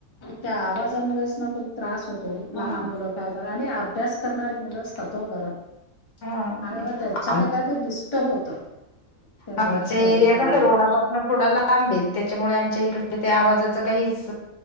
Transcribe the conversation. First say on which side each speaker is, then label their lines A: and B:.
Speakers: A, on the left; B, on the left.
A: त्या आवाजामुळेच ना खूप त्रास होतो लहान
B: हम्म
A: मुलं <unintelligible> आणि अभ्यास करणारी मुलं असतात हो घरात.
B: हा आम्ही
A: आणि मग त्याच्याने
B: आम
A: काय ते डिस्टर्ब होतं त्या ध्वनी
B: आमचे
A: प्रदूषणमुळे
B: एरिया कस रोडापासन थोडा लांब लाांबेन त्याच्यामुळे आमच्या इकडे ते आवाजाचं काहीच